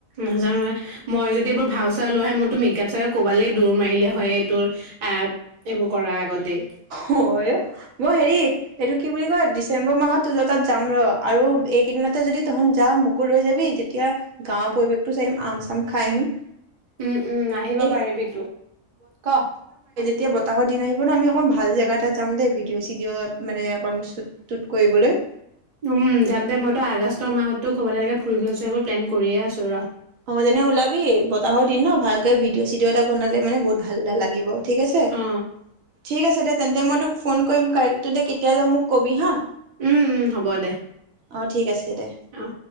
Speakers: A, on the right; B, on the right.
A: নাজানো হয় মই যদি এইবাৰ ভাও চাও লোৱা হয় মোৰতো মেকআপ চেকআপ কবালেই দৌৰ মাৰিলে হয়। হৈয়ে তোৰ আহ এইবোৰ কৰাৰ আগতেই
B: হয় অ'। মই হেৰি, এইটো কি বুলি কয় ডিচেম্বৰ মাহত তহঁতৰ তাত যাম ৰ। আৰু এইকেইদিনতে যদি তহঁত যাৱ মোকো লৈ যাবি। তেতিয়া গাঁৱৰ পৰিৱেশটো চাই আহিম। আম-চাম খাই আহিম।
A: উম উম আহিব
B: এ
A: পাৰিবিতো। ক
B: এতিয়া বতাহৰ দিন আহিব ন আমি অকণমান ভাল জেগা এটাত যাম দেই ভিডিঅ'-চিডিঅ' মানে অকণ চুট-টুট কৰিবলৈ
A: উম যাম দে। মইতো আগষ্টৰ মাহতো ক'বালৈ এনেকে ফুৰিবলৈ চুৰিবলৈ প্লেন কৰিয়ে আছো ৰ।
B: হ'ব তেনে ওলাবি, বতাহৰ দিন ন? ভালকে ভিডিঅ'-চিডিঅ' এটা বনালে মানে বহুত ভাল লাগিব ঠিক আছে?
A: অ
B: ঠিক আছে দে তেন্তে মই তোক ফোন কৰিম কাইলৈ। তহঁতে কেতিয়া যাৱ মোক ক'বি হা!
A: উম উম হ'ব দে।
B: অ ঠিক আছে দে
A: অ'